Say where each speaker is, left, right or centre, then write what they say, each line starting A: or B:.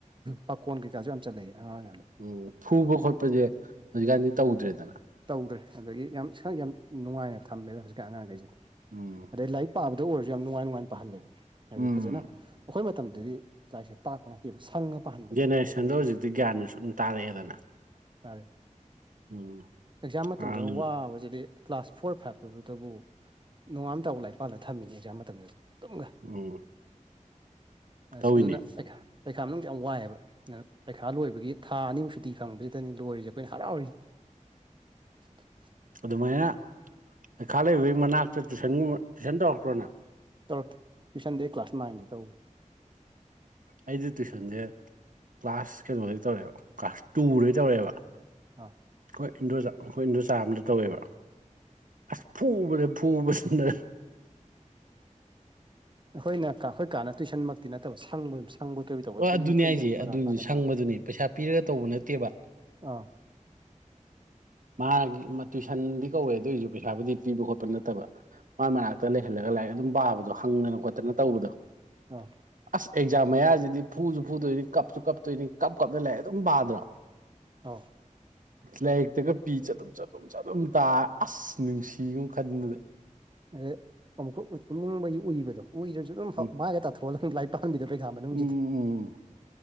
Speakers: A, on the right (about 40°); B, on the right (about 90°).
A: ꯄꯥꯈꯣꯟ ꯀꯩꯀꯥꯁꯨ ꯌꯥꯝ ꯆꯠꯂꯛꯑꯦ ꯑꯉꯥꯡ ꯑꯣꯏꯔꯤꯉꯩꯗꯥ
B: ꯎꯝ ꯐꯨꯕ ꯈꯣꯠꯄꯖꯦ ꯍꯧꯖꯤꯛꯀꯥꯟꯗꯤ ꯇꯧꯗ꯭ꯔꯦꯗꯅ
A: ꯇꯧꯗ꯭ꯔꯦ ꯑꯗꯒꯤ ꯌꯥꯝ ꯏꯁꯥ ꯌꯥꯝ ꯅꯨꯡꯉꯥꯏꯅ ꯊꯝꯃꯦꯗ ꯍꯧꯖꯤꯛꯀꯥꯟ ꯑꯉꯥꯡꯉꯩꯖꯤꯗꯤ
B: ꯎꯝ
A: ꯑꯗꯩ ꯂꯥꯏꯔꯤꯛ ꯄꯥꯕꯗ ꯑꯣꯏꯔꯖꯨ ꯌꯥꯝ ꯅꯨꯡꯉꯥꯏ ꯅꯨꯡꯉꯥꯏꯅ ꯄꯥꯍꯜꯂꯦꯕ ꯍꯥꯏꯗꯤ
B: ꯎꯝ
A: ꯐꯖꯅ ꯑꯩꯈꯣꯏ ꯃꯇꯝꯗꯗꯤ ꯂꯥꯏꯔꯤꯛꯁꯦ ꯇꯥꯛꯄ ꯅꯠꯇꯦꯕ ꯁꯪꯉ ꯄꯥꯍꯟꯕꯅꯦꯕ
B: ꯖꯦꯅꯦꯔꯦꯁꯟꯗꯣ
A: ꯑꯩꯈꯣꯏꯅ ꯇꯧꯔꯤꯁꯤꯅ
B: ꯍꯧꯖꯤꯛꯇꯤ ꯒ꯭ꯌꯥꯟꯗꯣ ꯁꯨꯝ ꯇꯥꯔꯛꯑꯦꯗꯅ
A: ꯇꯔꯦ
B: ꯎꯝ
A: ꯑꯦꯛꯖꯥꯝ ꯃꯇꯝꯗꯒ
B: ꯍꯥꯟꯅ
A: ꯋꯥꯕꯖꯤꯗꯤ ꯀ꯭ꯂꯥꯁ ꯐꯣꯔ ꯐꯥꯏꯕꯇꯗꯨꯇꯕꯨ ꯅꯣꯡꯉꯥꯝ ꯇꯥꯎ ꯂꯥꯛꯏ ꯄꯥꯜꯂ ꯊꯝꯃꯤꯅꯦ ꯑꯦꯛꯖꯥꯝ ꯃꯇꯝꯗ ꯑꯗꯨꯝꯒ
B: ꯎꯝ
A: ꯑꯁ
B: ꯇꯧꯋꯤꯅꯦ
A: ꯑꯗꯨꯅ ꯄꯩꯈꯥ ꯄꯩꯈꯥ ꯃꯅꯨꯡꯖꯦ ꯌꯥꯝ ꯋꯥꯏꯑꯦꯕ ꯄꯩꯈꯥ ꯂꯣꯏꯕꯒꯤ ꯊꯥ ꯑꯅꯤꯃꯨꯛ ꯁꯨꯇꯤ ꯐꯪꯕꯖꯤꯗꯅꯤ ꯂꯣꯏꯔꯤꯁꯦ ꯑꯩꯈꯣꯏꯅ ꯍꯔꯥꯎꯔꯤꯁꯦ <unintelligible>
B: ꯑꯗꯨꯃꯥꯏꯅ ꯂꯩꯈꯥ ꯂꯩꯕꯒꯤ ꯃꯅꯥꯛꯇ ꯇꯨꯏꯁꯟꯒꯨꯝꯕ ꯇꯨꯏꯁꯟ ꯇꯧꯔꯛꯇ꯭ꯔꯣꯅꯪ
A: ꯇꯧꯔꯛꯇꯦ ꯇꯋꯨꯁꯟꯗꯤ ꯑꯩ ꯀ꯭ꯂꯥꯁ ꯅꯥꯏꯟꯗ ꯇꯧ
B: ꯑꯩꯗꯤ ꯇꯨꯏꯁꯟꯁꯦ ꯀ꯭ꯂꯥꯁ ꯀꯩꯅꯣꯗꯩ ꯇꯧꯔꯛꯑꯦꯕ ꯀ꯭ꯂꯥꯁ ꯇꯨꯗꯩ ꯇꯧꯔꯛꯑꯦꯕ
A: ꯑꯥ
B: ꯑꯩꯈꯣꯏ ꯏꯟꯗꯣꯆꯥ ꯑꯩꯈꯣꯏ ꯏꯟꯗꯣꯆꯥ ꯑꯃꯗ ꯇꯧꯋꯦꯕ ꯑꯁ ꯐꯨꯕꯗ ꯐꯨꯕꯁꯤꯗ
A: ꯑꯩꯈꯣꯏꯅ ꯀꯥ ꯑꯩꯈꯣꯏ ꯀꯥꯅ ꯇꯨꯏꯁꯟꯃꯛꯇꯤ ꯅꯠꯇꯕ ꯁꯪꯕ ꯁꯪꯕꯣꯏ ꯀꯩꯕꯣꯏ ꯇꯧꯕ
B: ꯑꯣ
A: ꯁꯨꯝ
B: ꯑꯗꯨꯅꯦ
A: ꯐꯨꯏꯗ
B: ꯍꯥꯏꯖꯦ
A: ꯄꯔꯥ
B: ꯑꯗꯨꯅꯤ
A: ꯐꯥꯗꯕ
B: ꯁꯪꯕꯗꯨꯅꯤ
A: ꯑꯥ
B: ꯄꯩꯁꯥ ꯄꯤꯔꯒ ꯇꯧꯕ ꯅꯠꯇꯦꯕ
A: ꯑꯥ
B: ꯃꯥꯒꯤ ꯃꯥ ꯇꯨꯏꯁꯟꯗꯤ ꯀꯧꯋꯦ ꯑꯗꯨ ꯑꯣꯏꯁꯨ ꯄꯩꯁꯥꯕꯨꯗꯤ ꯄꯤꯕ ꯈꯣꯠꯄ ꯅꯠꯇꯕ ꯃꯥꯏ ꯃꯅꯥꯛꯇ ꯂꯩꯍꯜꯂꯒ ꯂꯥꯏꯔꯤꯛ ꯑꯗꯨꯝ ꯄꯥꯕꯗꯣ ꯗꯣ ꯍꯪꯗꯅ ꯈꯣꯠꯇꯅ ꯇꯧꯕꯗꯣ
A: ꯑꯥ
B: ꯑꯁ ꯑꯦꯛꯖꯥꯝ ꯃꯌꯥꯖꯤꯗꯤ ꯐꯨꯖꯨ ꯐꯨꯗꯣꯏꯅꯤ ꯀꯞꯁꯨ ꯀꯞꯇꯣꯏꯅꯤ ꯀꯞ ꯀꯞꯅ ꯂꯩꯑꯦ ꯑꯗꯨꯝ ꯄꯥꯗ꯭ꯔꯣ
A: ꯑꯥꯎ
B: ꯂꯥꯏꯔꯤꯛꯇꯒ ꯄꯤ ꯆꯥꯗꯨꯝ ꯆꯥꯗꯨꯝ ꯆꯥꯗꯨꯝ ꯇꯥꯔ ꯑꯁ ꯅꯨꯡꯁꯤꯒꯨꯝ ꯈꯟꯕꯗ
A: ꯑꯗꯩ ꯑꯃꯨꯛꯀ ꯇꯨꯝꯅꯤꯡꯕꯒꯤ ꯎꯏꯕꯗꯣ ꯎꯏꯔꯖꯨ ꯑꯗꯨꯝ
B: ꯎꯝ
A: ꯃꯥꯏꯒ ꯇꯥꯊꯣꯛꯍꯜꯑꯒ ꯂꯥꯏ ꯍꯕꯤꯗꯕ ꯄꯩꯈꯥ ꯃꯅꯨꯡꯖꯤꯗꯤ
B: ꯎꯝ ꯎꯝ